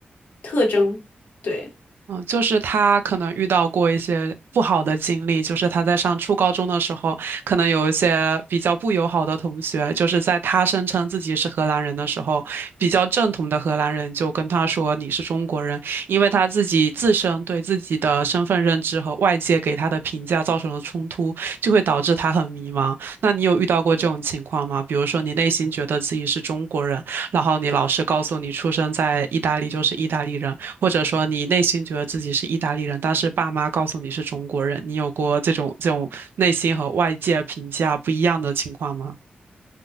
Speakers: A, on the left; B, on the right.
A: 特征。对。
B: 嗯，就是他可能遇到过一些不好的经历，就是他在上初高中的时候，可能有一些比较不友好的同学，就是在他声称自己是荷兰人的时候，比较正统的荷兰人就跟他说你是中国人，因为他自己自身对自己的身份认知和外界给他的评价造成了冲突，就会导致他很迷茫。那你有遇到过这种情况吗？比如说你内心觉得自己是中国人，然后你老师告诉你出生在意大利就是意大利人。或者说你内心觉得自己是意大利人，但是爸妈告诉你是中国人，你有过这种这种内心和外界评价不一样的情况吗？